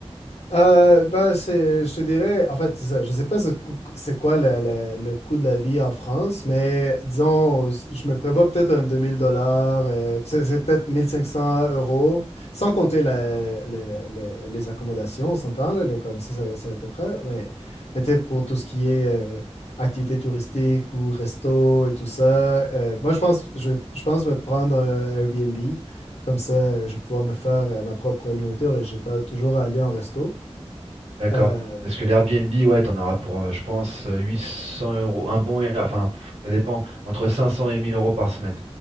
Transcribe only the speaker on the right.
D'accord.
Parce que l'Airbnb, ouais, t'en auras pour, euh, je pense, euh, 800 euros. Un bon, Air- enfin, ça dépend, entre 500 et 1000 euros par semaine.